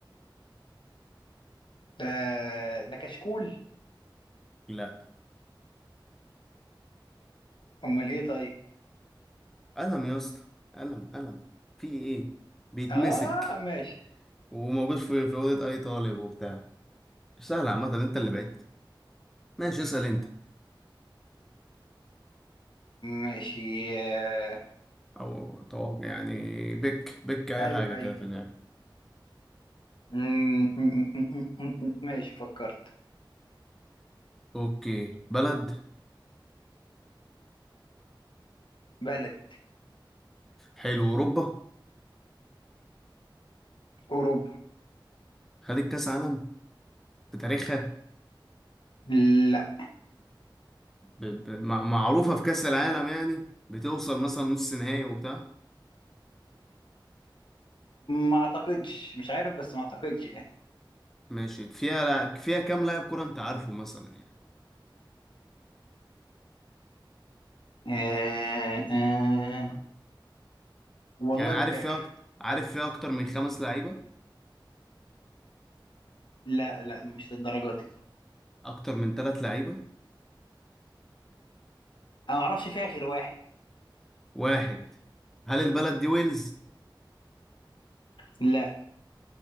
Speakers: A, on the left (about 70°); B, in the centre.
A: ده ده كشكول
B: لا
A: أمال إيه طيب
B: قلم يا اسطى قلم قلم في إيه بيتمسك
A: آه ماشي
B: وموجود في في أوضة أي طالب وبتاع سهل عامة أنت اللي بعدت ماشي اسأل أنت
A: ماشي آه،
B: أو توقع يعني بك بك أي
A: أيوه
B: حاجة
A: أيوه
B: كده في دماغك
A: مم، مم، مم، مم، مم، ماشي فكرت
B: أوكي بلد
A: بلد
B: حلو أوروبا
A: أوروبا
B: خدت كأس عالم في تاريخها
A: لا
B: ب... ب... مع- معروفة في كأس العالم يعني بتوصل مثلا نص نهائي وبتاع
A: ما أعتقدش مش عارف بس ما أعتقدش يعني
B: ماشي فيها فيها كام لاعب كرة أنت عارفه مثلا يعني
A: آه آه والله
B: يعني عارف
A: ما فاكر
B: فيها أكتر عارف فيها أكتر من خمس لعيبة
A: لا لا مش للدرجة دي
B: أكتر من ثلاث لعيبة
A: أنا ما أعرفش فيها غير واحد
B: واحد هل البلد دي ويلز
A: لا